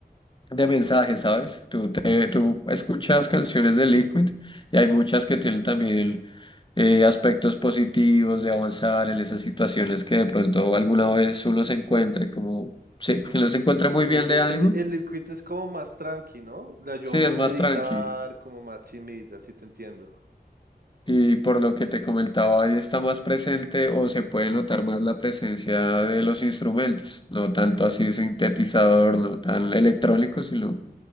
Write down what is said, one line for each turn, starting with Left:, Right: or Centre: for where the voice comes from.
Left: de mensajes, ¿sabes? Tú, te, tú escuchas canciones de Liquid y hay muchas que tienen también eh, aspectos positivos de avanzar en esas situaciones que de pronto alguna vez uno se encuentre como, sí, que uno se encuentra
Right: Uy,
Left: muy bien
Right: sí,
Left: de ánimo,
Right: el, el liquid es como más tranqui, ¿no? La yo
Left: sí,
Right: no
Left: es
Right: meditar,
Left: más tranqui.
Right: como más chimita, así te entiendo.
Left: Y por lo que te comentaba, ahí está más presente o se puede notar más la presencia de los instrumentos, no tanto así sintetizador, no tan electrónico, sino